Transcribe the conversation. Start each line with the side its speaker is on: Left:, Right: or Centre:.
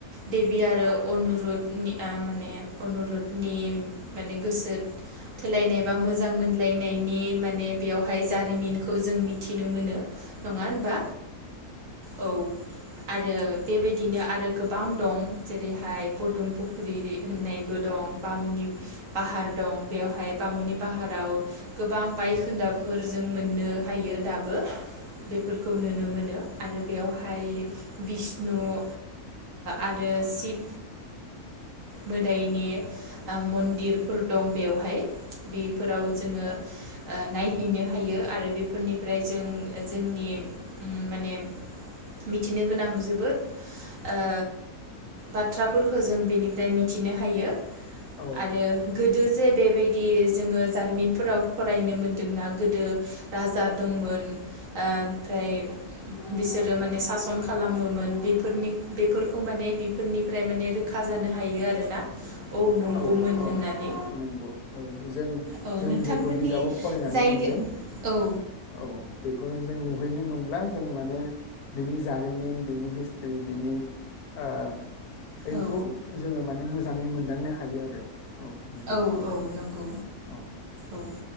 Right: देबि आरो अनुरुद नि ओ माने अनुरुदनि माने गोसो थोलायनाय एबा मोजां मोनलायनायनि माने बेवहाय जारिमिनखौ जों मिथिनो मोनो। नङा होनबा औ। आरो बेबायदिनो आरो गोबां दं जेरैहाय फदुं फुख्रि होननायबो दं बामुनि फाहार दं बेवहाय बामुनि। पाहाराव गोबां बायखोन्दाफोर जों मोननो हायो दाबो बेफोरखौ नुनो मोनो आरो बेयावहाय। बिष्णु ओ आरो शिब मोदायनि मन्दिरफोर दं बेवहाय। बेफोराव जोङो। ओ नायहैनो हायो आरो बेफोरनिफ्राय जों जोंनि माने मिथिनो गोनां जोबोद ओ बाथ्राफोरखौ जों बेनिफ्राय मिथिनो हायो।
Left: औ
Right: आरो। गोदो जे बेबायदि। जोङो जारिमिनफोराव फरायनो मोनदोंना गोदो राजा दंमोन ओमफ्राय बिसोरो माने सासन खालामोमोन बेफोरनि बेफोरखौ माने बेफोरनिफ्राय माने रोखा जानो हायो आरोना। नंगौमोन
Left: औ औ
Right: होननानै
Left: नंगौ औ जों।
Right: औ
Left: जों
Right: नोंथांमोननि
Left: जेखौ बिजाबाव फरायनानै
Right: जायगा
Left: मोनदों
Right: औ
Left: औ बेखौनो जों नुहैनो मोनब्ला। जों माने बिनि जारिमिन बिनि हिसत्री बिनि ओ बैखौ
Right: औ
Left: जोङो माने मोज जाङै मोनदांनो हायो आरो नंगौ
Right: औ
Left: नोंथां
Right: औ नंगौ
Left: औ
Right: औ